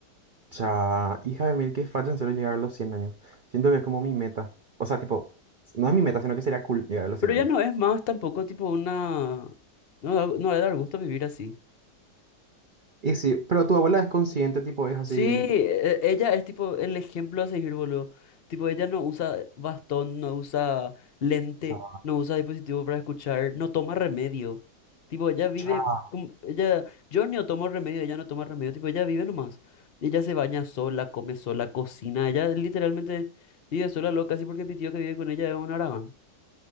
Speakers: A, on the right; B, on the left.
A: O sea, hija de mil que facha en serio llegar a los 100 años. Siento que es como mi meta. O sea, tipo, no es mi meta, sino que sería cool llegar a los
B: Pero
A: cien
B: ya
A: años.
B: no es más tampoco tipo una... No, da- no debe dar gusto vivir así.
A: Y sí, pero tu abuela es consciente, tipo, es así.
B: Sí, e- ella es tipo el ejemplo a seguir, boludo. Tipo, ella no usa bastón, no usa lente,
A: Cha,
B: no usa dispositivo para escuchar, no toma remedio. Tipo, ella vive
A: cha.
B: como- ella, yo no tomo remedio, ella no toma remedio, tipo, ella vive nomás. Ella se baña sola, come sola, cocina, ella literalmente vive sola loca, así porque mi tío que vive con ella es un aragán.